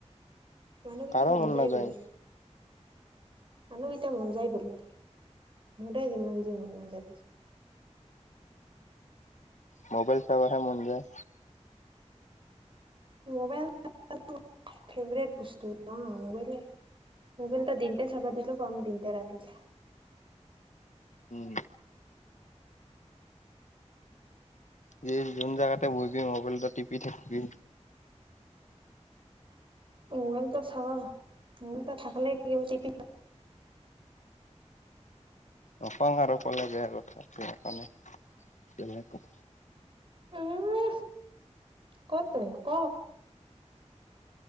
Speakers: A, on the right; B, on the left.
A: মানুহ কেইটাৰ
B: কাৰো
A: মন যায়
B: নাযায়
A: বোলে। মানুহকেইটা মন যায় বোলে, মোৰ দে যিমান যি মন নাযায় পিছে।
B: ম'বাইল চাবহে মন যায়।
A: মোবাইল <unintelligible> ফেভৰেট বস্তু অ' মোবাইলে। মোবাইল তা দিনতা চাবা দিলোঁ, কম দিনতা ৰাতিতা যা।
B: উম যি যোন জাগাতে বহিবি মোবাইলতা টিপি থাকিবি।
A: মোবাইল এটা চাবা, মোবাইল এটা থাকে টিপি।
B: নকও আৰু ক'লে বেয়া কথা। সেইকাৰণে বেলেগ কও।
A: উ, কতে ক'।